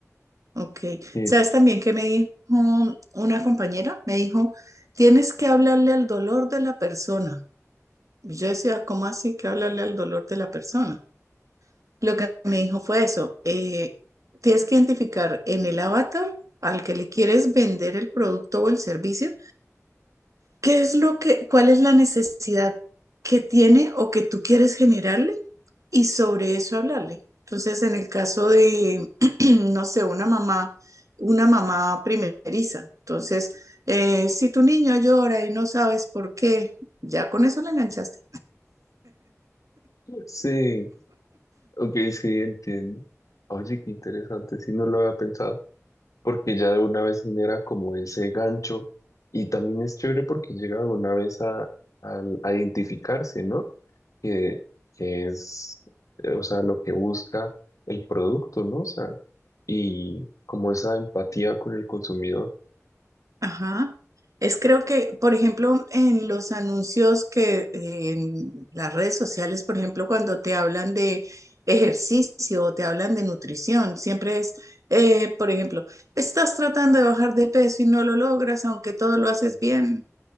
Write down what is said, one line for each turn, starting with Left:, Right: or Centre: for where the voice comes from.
Right: Ok,
Left: Que-
Right: ¿sabes también que me dijo una compañera? Me dijo, tienes que hablarle al dolor de la persona. Y yo decía, ¿cómo así que hablarle al dolor de la persona? Lo que me dijo fue eso, eh, tienes que identificar en el avatar al que le quieres vender el producto o el servicio, qué es lo que, cuál es la necesidad que tiene o que tú quieres generarle y sobre eso hablarle. Entonces, en el caso de, <clears throat> no sé, una mamá, una mamá primeriza, entonces, eh, si tu niño llora y no sabes por qué, ya con eso le enganchaste.
Left: Sí, Ok, sí, entiendo. Oye, qué interesante, sí, no lo había pensado, porque ya de una vez genera como ese gancho y también es chévere porque llega de una vez a, al- a identificarse, ¿no? Que, que es, eh, o sea, lo que busca el producto, ¿no? O sea, y como esa empatía con el consumidor,
Right: Ajá. Es creo que, por ejemplo, en los anuncios que eh, en las redes sociales, por ejemplo, cuando te hablan de ejercicio o te hablan de nutrición, siempre es, eh, por ejemplo, estás tratando de bajar de peso y no lo logras, aunque todo lo haces bien.